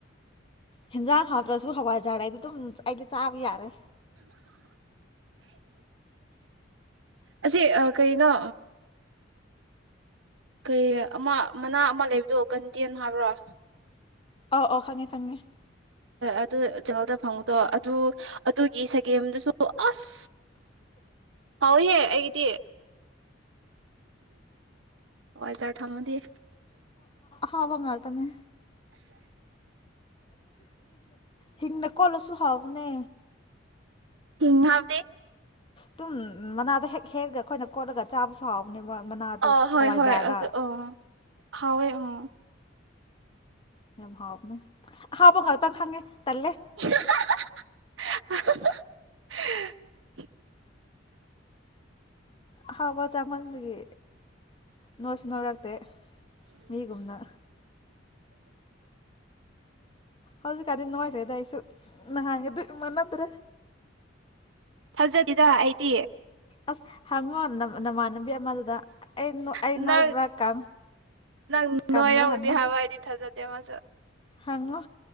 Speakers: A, on the left; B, on the right.
A: ꯍꯤꯖꯥꯡ ꯍꯥꯞ ꯁꯨ ꯍꯋꯥꯏ ꯂꯩꯔꯗꯤ ꯗꯨꯝ ꯆꯥꯕ ꯌꯥꯔꯦ꯫
B: ꯑꯁꯤ ꯀꯩꯅꯣ ꯀꯔꯤ ꯑꯃ ꯃꯅꯥ ꯑꯃ ꯂꯩꯕꯗꯣ ꯀꯟꯗꯦꯅ ꯍꯥꯏꯕ꯭ꯔꯣ
A: ꯑ ꯑꯣ ꯈꯪꯉꯦ - ꯈꯪꯉꯦ꯫
B: ꯑꯗꯨ ꯆꯉꯜꯗ ꯐꯪꯉꯨꯗꯣ ꯑꯗꯨ ꯑꯗꯨꯒꯤ ꯁꯒꯦꯝꯗꯨꯁꯨ ꯑꯁ ꯍꯥꯎꯏꯍꯦ ꯑꯩꯒꯤꯗꯤ ꯍꯣꯏ ꯖꯥꯔ ꯊꯝꯃꯗꯤ
A: ꯐꯕ ꯉꯥꯛꯇꯅꯦ ꯍꯤꯡꯅꯀꯣꯂꯣꯁꯨ ꯍꯕꯅꯦ
B: ꯎꯝ ꯍꯥꯥꯎꯇꯦ꯫
A: ꯇꯨꯝ ꯃꯅꯥꯗ ꯍꯦꯛ ꯍꯦꯛꯑ ꯑꯩꯈꯣꯏꯅ ꯀꯣꯠꯂꯒ ꯆꯥꯕꯁꯨ ꯍꯥꯎꯕꯅꯦꯕ꯫ ꯃꯅꯥꯗꯣ
B: ꯑ ꯍꯣꯏ-
A: ꯍꯋꯥꯏꯖꯥꯔꯗ
B: ꯍꯣꯏ ꯑꯗꯨ ꯑ ꯍꯥꯎꯏ ꯎꯝ꯫
A: ꯍꯥꯎꯕꯅꯦ ꯑꯍꯥꯎꯕ ꯉꯥꯛꯇ ꯈꯥꯡꯉꯦ ꯇꯜꯂꯦ
B: <unintelligible>
A: ꯑꯍꯥꯎꯕ ꯆꯥꯃꯟꯕꯒꯤ ꯅꯣꯢꯁꯨ ꯅꯣꯏꯔꯛꯇꯦ ꯃꯤ ꯒꯨꯝꯅ ꯍꯧꯖꯤꯛꯀꯥꯟꯗꯤ ꯅꯣꯏꯈꯔ꯭ꯦꯗꯥ ꯑꯩꯁꯨ ꯅꯥꯍꯟꯒꯗꯤ ꯃꯅꯤꯗ꯭ꯔꯦ꯫
B: ꯊꯖꯗꯦꯗ ꯑꯩꯗꯤ
A: ꯑꯁ ꯍꯪ ꯉꯣ ꯅꯥꯃꯥ ꯅꯥꯃꯟ ꯍꯥꯟꯅꯕꯤ ꯑꯃꯗꯨꯗ ꯑꯩ ꯑꯩ
B: ꯅꯪ
A: ꯅꯣꯏꯕ꯭ꯔꯥ ꯀ
B: ꯅꯪ
A: ꯀꯪꯕ꯭ꯔꯥ
B: ꯅꯣꯏꯔꯝꯒꯅꯤ
A: ꯍꯪꯉꯨ
B: ꯍꯥꯏꯕ
A: ꯫
B: <unintelligible>
A: ꯍꯪꯉꯣ